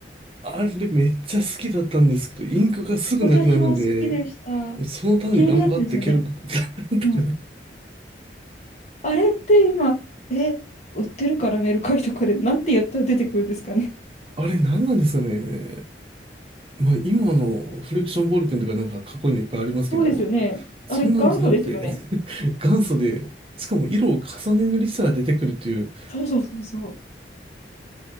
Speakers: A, on the right; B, on the left.
A: あれめっちゃ好きだったんですけど、インクがすぐなくなるんで、
B: <laughs> 私も好きでした。
A: もうそのために頑張ってケルク、
B: 消えるやつですよね。
A: <laughs>
B: うん、あれって今、え、売ってるかな、メルカリとかで。なんてやったら出てくるんですかね。
A: あれ何なんですかね。まあ今のフリクションボールペンとかなんかかっこいいのいっぱいありますけど、
B: そうですよね。
A: そんなんじゃなくて、
B: あれ、元祖ですよね。
A: <laughs> 元祖で、しかも色を重ね塗りしたら出てくるっていう、
B: そうそうそうそ